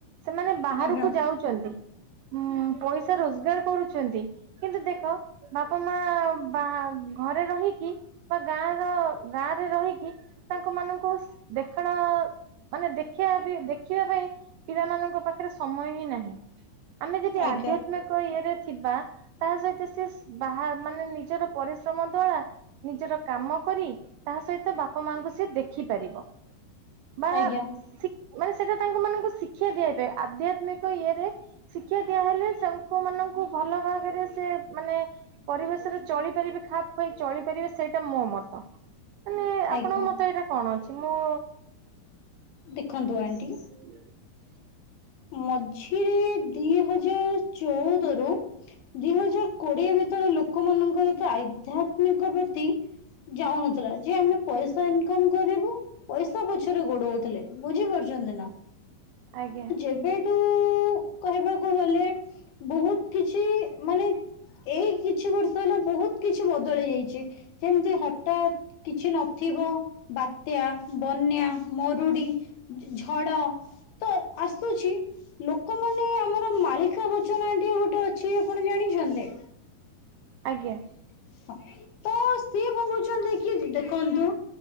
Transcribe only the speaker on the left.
ଆଜ୍ଞା
ଆଜ୍ଞା
ଆଜ୍ଞା
ଆଜ୍ଞା
ଦେଖନ୍ତୁ ଆଣ୍ଟି
ମଝିରେ ଦି ହଜାର ଚଉଦରୁ ଦି ହଜାର କୋଡିଏ ଭିତରେ ଲୋକମାନଙ୍କର ତ ଆଇଧ୍ୟାତ୍ମିକ ପ୍ରତି ଯାଉନଥିଲା ଯେ ଆମେ ପଇସା ଇନକମ କରିବୁ ପଇସା ପଛରେ ଗୋଡଉଥିଲେ ବୁଝି ପାରୁଛନ୍ତି ନା?
ଏବେଏଠୁ-କହିବାକୁ ଗଲେ ବହୁତ କିଛି ମାନେ ଏଇ କିଛି ବର୍ଷ ହେଲା ବହୁତ କିଛି ବଦଳି ଯାଇଛି ଯେମିତି ହ ହଠାତ କିଛି ନଥିବ ବାତ୍ୟା ବନ୍ୟା ମରୁଡି ଝଡ ତ ଆସୁଛି। ଲୋକମାନେ ଆମର ମାଳିକା ବଚନ ଆଣ୍ଟୀ ଗୋଟେ ଅଛି ଆପଣ ଜାଣିଛନ୍ତି?
<inaudible> ତ ସିଏ ଭାବୁଛନ୍ତି କି ଦେଖନ୍ତୁ